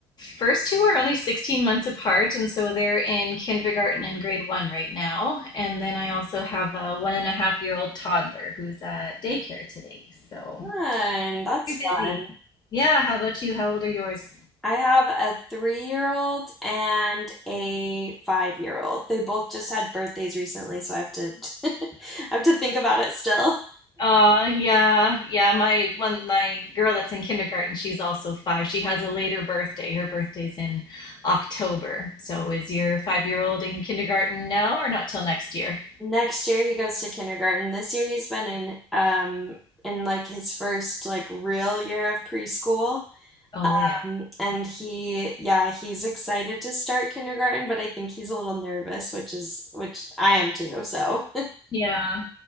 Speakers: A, on the left; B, in the centre.
A: first two are only 16 months apart, and so they're in kindergarten and grade one right now. And then I also have a one and a half year old toddler who's at daycare today. So
B: Fun. That's
A: very busy.
B: fun.
A: Yeah, how about you? How old are yours?
B: I have a three-year-old and a five-year-old. They both just had birthdays recently, so I have to <laughs> I have to think about it still.
A: Uh, yeah, yeah. My one, my girl that's in kindergarten, she's also five. She has a later birthday. Her birthday's in October. So is your five year old in kindergarten now or not till next year?
B: next year he goes to kindergarten. This year he's been in um in like his first like real year of preschool.
A: Oh, yeah.
B: Um, and he yeah, he's excited to start kindergarten, but I think he's a little nervous, which is which I am too. So
A: Yeah.